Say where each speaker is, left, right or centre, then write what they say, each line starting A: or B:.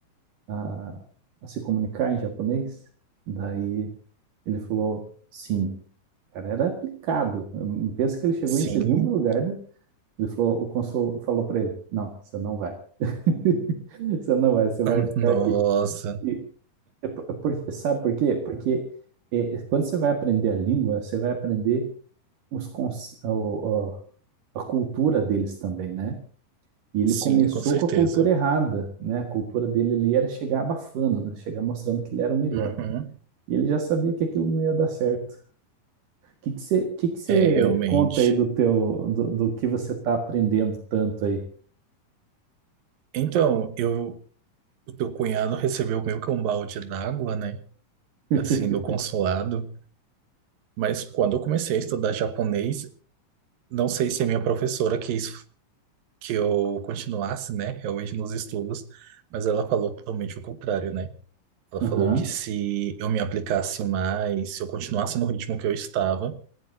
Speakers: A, on the right; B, on the right.
A: a, a se comunicar em japonês? Daí ele falou: Sim. O cara era aplicado. Pensa que ele chegou
B: Sim,
A: em segundo lugar da, ele falou, o cônsul falou para ele: Não, você não vai. <laughs> Você não vai, você vai
B: <laughs>
A: ficar
B: nossa,
A: aqui. E, é por- é por- sabe por quê? Porque é, quando você vai aprender a língua, você vai aprender os, cons- o- o- a cultura deles também, né? E ele
B: sim,
A: começou
B: com certeza.
A: com a cultura errada, né? A cultura dele ali era chegar abafando, né? Chegar mostrando que ele era o melhor.
B: Uhum.
A: E ele já sabia que aquilo não ia dar certo. O que que você, que que você
B: É, realmente.
A: conta aí do teu, do, do que você está aprendendo tanto aí?
B: Então, eu, o teu cunhado recebeu meio que um balde d'água, né?
A: <laughs>
B: Assim, do consulado. Mas quando eu comecei a estudar japonês, não sei se a minha professora quis que eu continuasse, né, realmente nos estudos, mas ela falou totalmente o contrário, né? Ela
A: Aham.
B: falou que se eu me aplicasse mais, se eu continuasse no ritmo que eu estava,